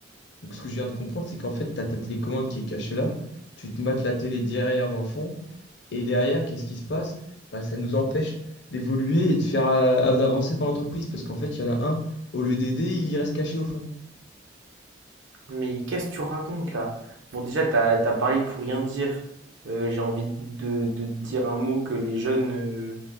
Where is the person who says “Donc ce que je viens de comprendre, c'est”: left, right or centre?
Left